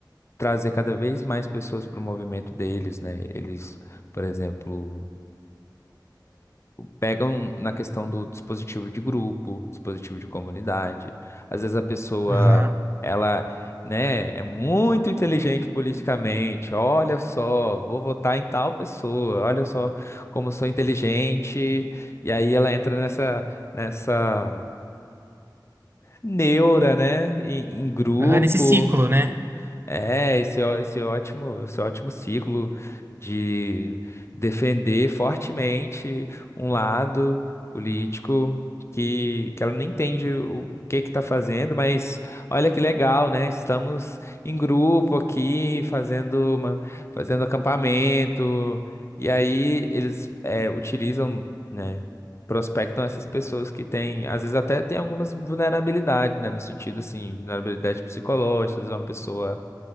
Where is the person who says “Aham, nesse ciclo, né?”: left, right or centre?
Right